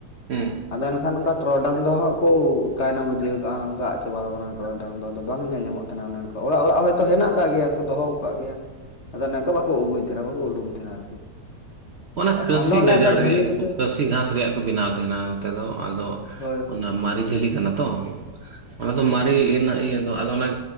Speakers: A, on the right (about 50°); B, on the left (about 45°).
A: ᱦᱩᱸ
B: ᱟᱫᱚ ᱮᱱᱠᱷᱟᱱ ᱚᱱᱠᱟ ᱴᱨᱚᱰᱟᱝ ᱫᱚ ᱦᱟᱸᱜ ᱠᱩ ᱛᱟᱭᱱᱚᱢ ᱤᱫᱤᱣ ᱠᱟᱜ-ᱟ ᱚᱱᱠᱟ ᱟᱫ ᱪᱟᱵᱟᱣ ᱠᱟᱱᱟ ᱴᱚᱨᱚᱰᱟᱝ ᱫᱚ ᱟᱫᱚ ᱵᱟᱝ ᱧᱮᱞ ᱧᱟᱢᱚᱜ ᱛᱷᱮᱱᱟ ᱚᱱᱮ ᱚᱝᱠᱟ ᱚᱲᱟᱜ ᱚᱲᱟᱜ ᱦᱚᱭᱛᱳ ᱦᱮᱱᱟᱜ ᱟᱠᱟᱫ ᱜᱮᱭᱟ ᱠᱚ ᱫᱚᱦᱚ ᱟᱠᱟᱫ ᱜᱮᱭᱟ ᱟᱫᱚ ᱮᱝᱠᱟ ᱵᱟᱠᱚ ᱟᱹᱜᱩᱭ ᱛᱷᱮᱱᱟ ᱵᱟᱠᱚ ᱩᱰᱩᱝ ᱛᱷᱮᱱᱟ ᱟᱨᱠᱤ᱾
A: ᱚᱱᱟ
B: ᱮᱠᱷᱚᱱ
A: ᱠᱟᱹᱥᱤ
B: ᱫᱚ ᱚᱱᱮ
A: ᱜᱟᱡᱟᱲ
B: ᱚᱱᱠᱟ
A: ᱨᱮᱭᱟᱜ
B: ᱡᱷᱟᱹᱞᱤ ᱠᱚᱛᱮ
A: ᱜᱮᱠᱚ ᱠᱟᱹᱥᱤ ᱜᱷᱟᱥ ᱨᱮᱭᱟᱜ ᱠᱚ ᱵᱮᱱᱟᱣ ᱛᱮᱦᱮᱱᱟ ᱱᱚᱛᱮ ᱫᱚ ᱟᱫᱚ
B: ᱦᱳᱭ ᱦᱳᱭ
A: ᱚᱱᱟ ᱢᱟᱨᱮ ᱡᱷᱟᱹᱞᱤ ᱠᱟᱱᱟ ᱛᱚ ᱚᱱᱟ ᱫᱚ ᱢᱟᱨᱮ
B: ᱦᱳᱭ
A: ᱨᱮᱱᱟᱜ ᱤᱭᱟᱹ ᱫᱚ ᱟᱫᱚ ᱚᱱᱟ